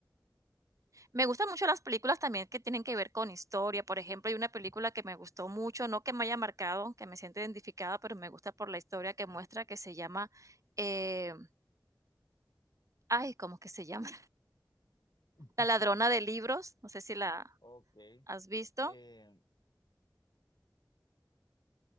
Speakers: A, on the right (about 45°); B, on the left (about 75°).
A: Me gustan mucho las películas también que tienen que ver con historia. Por ejemplo, hay una película que me gustó mucho, no que me haya marcado, que me siente identificada, pero me gusta por la historia que muestra, que se llama, eh, ay, ¿cómo que se llama?
B: <laughs>
A: La ladrona de libros, no sé si la
B: Ok.
A: has visto,
B: eh,